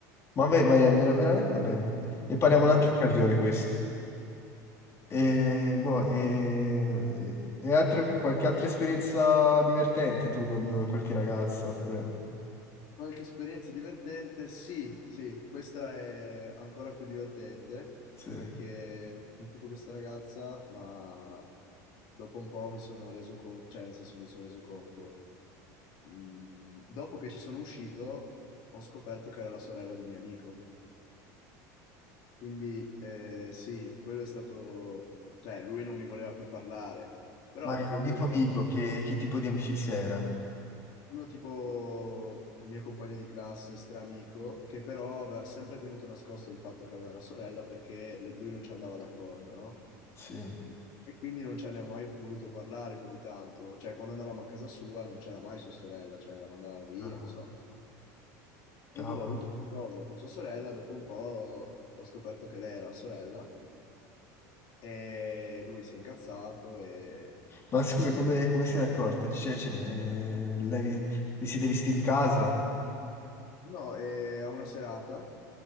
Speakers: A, on the left; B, on the left.
A: Ma vai, vai, è vera- veramente... Vabbè, ne parliamo
B: Ah,
A: un'altra
B: ci stiamo...
A: occasione questo. E, boh, e- e altre- qualche altra esperienza divertente tu con qualche ragazza? Oppure...
B: Qualche esperienza divertente? Sì, sì, questa è ancora più divertente
A: Sì.
B: perché ho conosciuto questa ragazza, ma dopo un po' mi sono reso conto, cioè nel senso mi sono reso conto mh, dopo che ci sono uscito, ho scoperto che era la sorella di un mio amico. Quindi eh, sì, quello è stato... Cioè, lui non mi voleva più parlare, però
A: Ma
B: tipo
A: era amico
B: lui non
A: amico,
B: aveva...
A: che, che tipo di amicizia era?
B: Uno tipo mio compagno di classe, stramico, che però aveva sempre tenuto nascosto il fatto che aveva una sorella perché l- lui non ci andava d'accordo, no?
A: Sì.
B: E quindi non ce ne ha mai voluto parlare più di tanto. Cioè, quando andavamo a casa sua non c'era mai sua sorella, cioè la mandava via,
A: Ah,
B: non so. E
A: cavolo.
B: boh, ho avuto qualcosa con sua sorella, dopo un po' ho scoperto che lei era sorella e lui si è incazzato e...
A: Ma scusa, come, come se ne è accorta? Cioè, cioè, eh, lei vi, vi siete visti in casa?
B: No, e a una serata